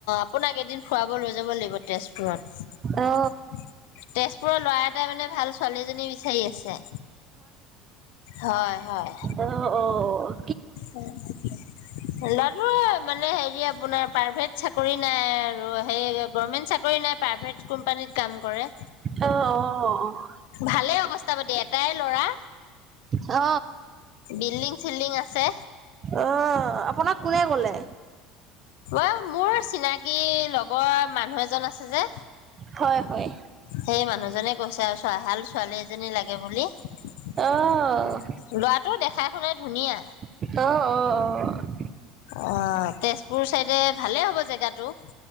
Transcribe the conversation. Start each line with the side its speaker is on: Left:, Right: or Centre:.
Left: আপোনাক এদিন ফুৰাব লৈ যাব লাগিব তেজপুৰত-
Right: অ
Left: তেজপুৰৰ ল'ৰা এটাই মানে ভাল ছোৱালীজনী বিচাৰি আছে। হয় হয়।
Right: অঁ অঁ
Left: উ ল'ৰাটো মানে হেৰি আপোনাৰ প্ৰাইভেট চাকৰি নাই। আৰু সেই গভমেন্ট, চাকৰি নাই প্ৰাইভেট কোম্পানীত কাম কৰে।
Right: অ অ অ
Left: ভালে অৱস্থা পাতি এটাই ল'ৰা।
Right: আ
Left: বিল্ডিং চিল্ডিং আছে।
Right: অ আপোনাক কোনে কলে
Left: অ মোৰ চিনাকি লগৰ মানুহ এজন আছে। যে
Right: হয় হয়।
Left: সেই মানুহজনে কৈছে আৰু চ ভাল ছোৱালী এজনী লাগে বুলি। ল'ৰাটো
Right: অ',
Left: দেখাই শুনাই ধুনীয়া।
Right: অ অ অ
Left: অ তেজপুৰ চাইডে ভালে হ'ব জেগাটো।